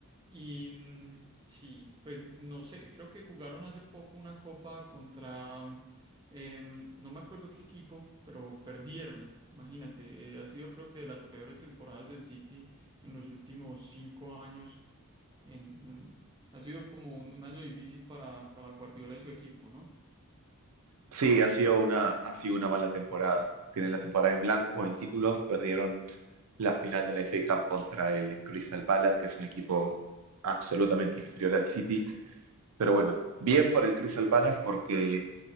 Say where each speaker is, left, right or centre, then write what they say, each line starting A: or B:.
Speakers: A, on the right (about 20°); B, on the right (about 85°).
A: Y mm, sí, pues no sé, creo que jugaron hace poco una copa contra, em, no me acuerdo qué equipo, pero perdieron. Imagínate, eh, ha sido creo que de las peores temporadas del City en los últimos cinco años. En, ha sido como un, un año difícil para, para Guardiola y su equipo, ¿no?
B: Sí, ha sido una, ha sido una mala temporada. Tienen la temporada en blanco, en títulos, perdieron la final de la FA Cup contra el Crystal Palace, que es un equipo absolutamente inferior al City. Pero bueno, bien por el Crystal Palace porque